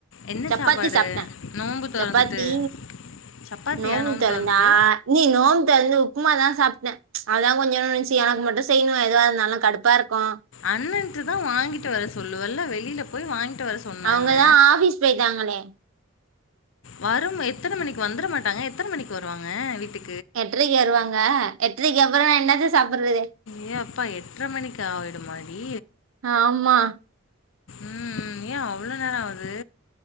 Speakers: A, on the left; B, on the right.
A: என்ன
B: சப்பாத்தி
A: சாப்பாடு?
B: சாப்ட்ட
A: நோன்பு தொறந்துட்டு.
B: சப்பாத்தி
A: சப்பாத்தியா
B: நோம்மு
A: நோன்பு
B: தெறந்தா
A: தொறந்துட்டு?
B: ஆ இனி நோம்பு தெறந்து உப்புமா தா சாப்ட்ட அததா கொஞ்சோன்டு இருந்துச்சி எனக்கு மட்டு செய்யணு எதுவா இருந்தாலு கடுப்பா இருக்கு
A: அண்ணன்ட்ட தா வாங்கிட்டு வர சொல்லுவல்ல வெளியில போய் வாங்கிட்டு வர சொன்னா
B: அவங்கதா
A: என்ன?
B: ஆஃபிஸ் போயிட்டாங்களே
A: வரும் எத்தனை மணிக்கு வந்துட மாட்டாங்க எத்தன மணிக்கு வருவாங்க வீட்டுக்
B: எட்ரைக்கு வருவாங்க எட்ரைக்கு அப்புறனா என்னத்த சாப்புட்றது
A: ஏ அப்பா எட்டரை மணிக்கு ஆயிட மாடி
B: ஆமா
A: ம் ஏன் அவ்ளோ நேரம் ஆவுது